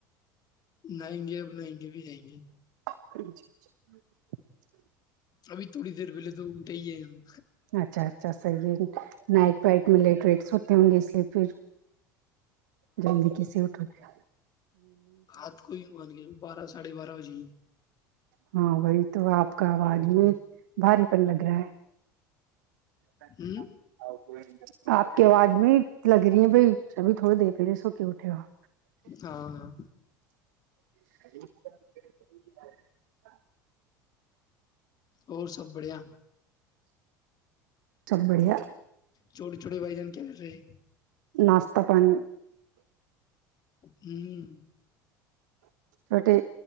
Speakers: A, on the left; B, on the right.
A: نہائیں گے اب نہیںائیں گے بھی جائیں گے
B: اچھا اچھا <unintelligible>
A: ابھی تھوڑی دیر پہل تو اٹھے ہی ہے ہم
B: اچھا اچھا سحی ہے نائٹ وائٹ میں لیٹ ویٹس ہوتے ہوں گے اس لیے پھر جلدی کسیے اٹو گے
A: ہات کو ہی مان کے بارہ ساڑھے بارہ بجے ہی <inaudible>
B: ہاں وہی تو آپ کا آواز بھی بھاری پن لگ رہا ہے جا
A: ہوں
B: آ <unintelligible> آپ کی آواز میں لگ رہی ہیں بھائی سبھی تھوڑے دیکھے رہے سو کے اٹھے ہوپ
A: ہاں ہاں
B: <inaudible>
A: اور سب بڑھیا
B: سب بڑھیا
A: چھوے چھوٹے بھائی جان کیا کر رہ ہیں
B: ناستہ پانی
A: ہوں
B: چھوٹے